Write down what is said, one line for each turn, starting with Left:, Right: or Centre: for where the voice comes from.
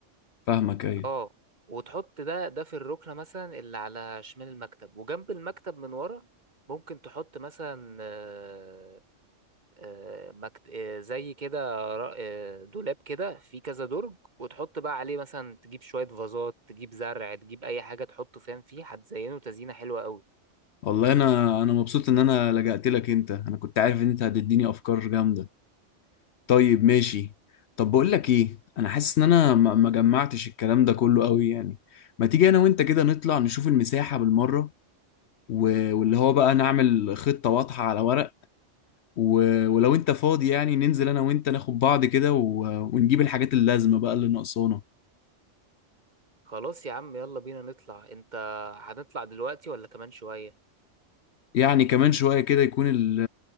Left: فاهمك ايوه
Right: اه وتحط ده ده في الركنة مثلا اللي على شمال المكتب وجنب المكتب من ورا ممكن تحط مثلا آه، آه، مكت... آه، زي كده را- آه، دولاب كده فيه كذا درج وتحط بقى عليه مثلا تجيب شوية فازات تجيب زرع تجيب أي حاجة تحطه فاهم فيه هتزينه تزيينة حلوة قوي
Left: والله انا انا مبسوط ان انا لجأت لك انت انا كنت عارف ان انت هتديني افكار جامدة طيب ماشي طب بقول لك ايه انا حاسس ان انا ما ما جمعتش الكلام ده كله قوي يعني ما تيجي انا وانت كده نطلع نشوف المساحة بالمرة و- واللي هو بقى نعمل خطة واضحة على ورق و- ولو انت فاضي يعني ننزل انا وانت ناخد بعض كده و- ونجيب الحاجات اللازمة بقى اللي ناقصانا
Right: خلاص يا عم يلا بينا نطلع أنت هنطلع دلوقتي ولا كمان شوية
Left: يعني كمان شوية كده يكون ال